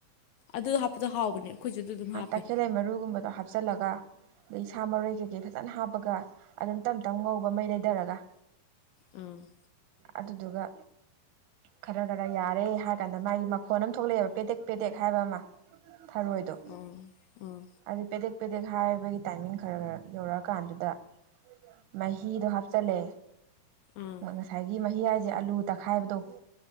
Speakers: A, on the left (about 85°); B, on the right (about 75°).
A: ꯑꯗꯨ ꯍꯥꯞꯄꯗꯣ ꯍꯥꯎꯕꯅꯦ ꯑꯩꯈꯣꯏꯁꯨ ꯑꯗꯨ ꯑꯗꯨꯝ ꯍꯥꯞꯄꯦ
B: ꯇꯥꯈꯦꯜꯂꯩ ꯃꯔꯨꯒꯨꯝꯕꯗꯣ ꯍꯥꯞꯆꯤꯜꯂꯒ ꯑꯗꯩ ꯁꯥ ꯃꯔꯣꯏ ꯀꯩꯀꯩ ꯐꯖꯅ ꯍꯥꯞꯄꯒ ꯑꯗꯨꯝ ꯇꯞ -ꯇꯞ ꯉꯧꯕ ꯃꯩ ꯂꯩꯊꯔꯒ
A: ꯎꯝ
B: ꯑꯗꯨꯗꯨꯒ ꯈꯔ- ꯈꯔ ꯌꯥꯔꯦ ꯍꯥꯏꯔ ꯀꯥꯟꯗ ꯃꯥꯒꯤ ꯃꯈꯣꯟ ꯑꯃ ꯊꯣꯛꯂꯛꯑꯦꯕ ꯄꯦꯗꯦꯛ- ꯄꯦꯗꯦꯛ ꯍꯥꯏꯕ ꯑꯃ ꯊꯔꯣꯏꯗꯣ
A: ꯑꯥ ꯑꯥ
B: ꯑꯗꯨ ꯄꯦꯗꯦꯛ -ꯄꯦꯗꯦꯛ ꯍꯥꯏꯕꯒꯤ ꯇꯥꯏꯃꯤꯡ ꯈꯔ- ꯈꯔ ꯌꯧꯔꯛꯑꯀꯥꯟꯗꯨꯗ ꯃꯍꯤ ꯃꯍꯤꯗꯣ ꯍꯥꯞꯆꯤꯜꯂꯦ
A: ꯑꯥ
B: ꯉꯁꯥꯏꯒꯤ ꯃꯍꯤ ꯍꯥꯏꯁꯦ ꯑꯂꯨ ꯇꯛꯈꯥꯏꯕꯗꯣ